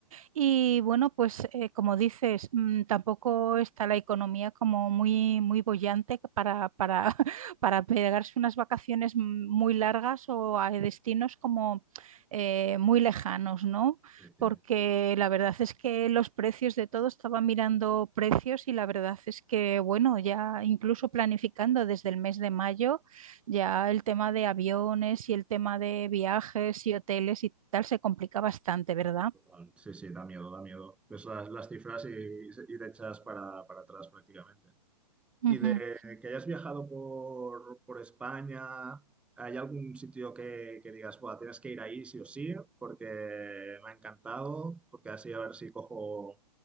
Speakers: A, on the right (about 55°); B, in the centre.
A: Y bueno, pues eh, como dices, mm, tampoco está la economía como muy, muy boyante para, para, <laughs> para pegarse unas vacaciones mm, muy largas o a destinos como eh, muy lejanos, ¿no?
B: Sí, sí,
A: Porque la verdad es que los precios de todo, estaba mirando precios y la verdad es que, bueno, ya incluso planificando desde el mes de mayo, ya el tema de aviones y el tema de viajes y hoteles y tal se complica bastante, ¿verdad?
B: total. Sí, sí, da miedo, da miedo. Ves las, las cifras y, y te echas para, para atrás prácticamente.
A: Ujú.
B: Y de que hayas viajado por, por España, ¿hay algún sitio que, que digas, Buah, tienes que ir ahí sí o sí? Porque me ha encantado, porque así a ver si cojo,